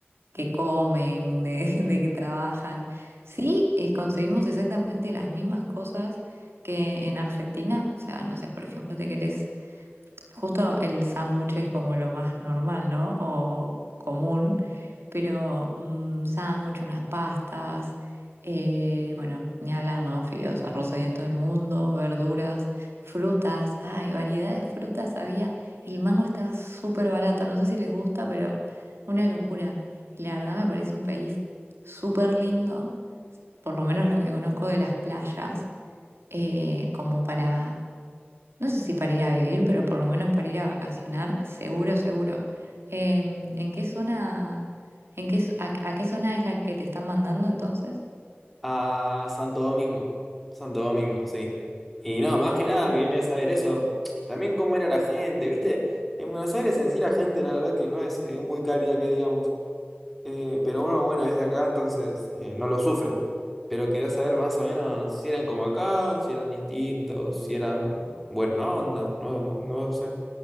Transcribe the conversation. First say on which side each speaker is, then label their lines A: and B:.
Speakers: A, on the right (about 80°); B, in the centre.
A: que comen, de, <laughs> de que trabajan. Sí, eh, conseguimos exactamente las mismas cosas que en Argentina. O sea, no sé, por ejemplo, te querés Justo el sándwich es como lo más normal, ¿no? O, o común, pero un sándwich, unas pastas, eh, bueno, ni hablar, ¿no? Fideos, arroz ahí en todo el mundo, verduras, frutas, ay, variedad de frutas había. El mango estaba súper barato, no sé si les gusta, pero una locura. Y la verdad me parece un país súper lindo, por lo menos lo que conozco de las playas, eh, como para no sé si para ir a vivir, pero por lo menos para ir a vacacionar, seguro, seguro. Em, ¿en qué zona, en qué, a, a qué zona es la que te están mandando entonces?
B: A Santo Domingo. Santo Domingo, sí. Y no, más que nada quería saber eso. También cómo era la gente, ¿viste? En Buenos Aires en sí la gente, la verdad que no es, eh, muy cálida que digamos. Eh, pero bueno, bueno, es de acá, entonces eh, no lo sufren. Pero quería saber más o menos si eran como acá, si eran distintos, si eran buena onda, no, no sé.